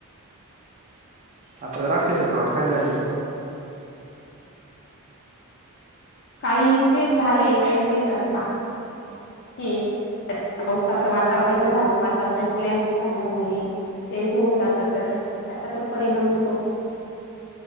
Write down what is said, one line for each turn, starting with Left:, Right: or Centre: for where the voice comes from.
Right: आता द्राक्षाचे प्लॉट खाली झाले आहे का?
Left: काही न चे झाले,, काही न चे अजून बाकी ये पावसाचं वातावरण पण झालं,, वातावरण क्लायमेट झाल्यामुळे चेंज होऊन जातं तर त्याचा पण परिणाम होतो‌.